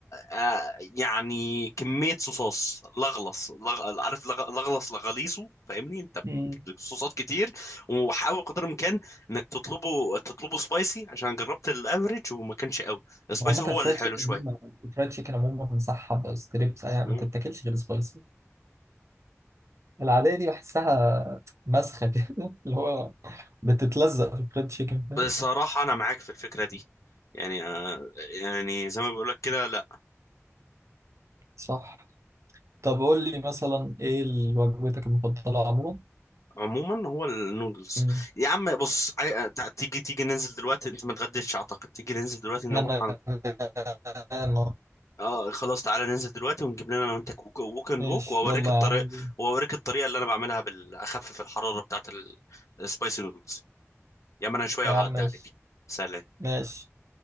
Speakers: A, on the left; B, on the right.
A: آه يعني كمية صوصات لغلص لغ... عارف لغ... لغلص لغليصه فاهمني انت
B: مم.
A: صوصات كتير وحاول قدر الامكان انك تطلبه تطلبه سبايسي عشان جربت الافريج وما كانش قوي السبايسي
B: عامة
A: هو
B: الفرايد
A: اللي حلو
B: تشيكن
A: شوية
B: دي ما- الفرايد تشيكن عموما مصحب ستريبس يعني
A: مم.
B: ما تتاكلش غير سبايسي العادية دي بحسها مسخة كده <laughs> اللي هو بتتلزق في الفرايد تشيكن فاهم
A: بصراحة أنا معاك في الفكرة دي يعني آه، يعني زي ما بقولك كده لا
B: صح طب قول لي مثلا ايه ال- وجبتك المفضلة عموما
A: عموما هو النودلز
B: مم.
A: يا عم بص عاي- آه، تع- تيجي تيجي ننزل دلوقتي انت ما اتغديتش اعتقد تيجي ننزل دلوقتي نروح
B: انا غرقان.
A: اه خلاص تعالى ننزل دلوقتي ونجيب لنا انا وانت كوك- ووك اند
B: ماشي
A: ووك واوريك
B: يلا
A: الطريقه
B: يا عم بينا.
A: واوريك الطريقه اللي انا بعملها بالاخفف الحراره بتاعت السبايسي نودلز يا ما انا شويه
B: يا
A: وهعدي
B: عم ماشي
A: عليك سلام
B: ماشي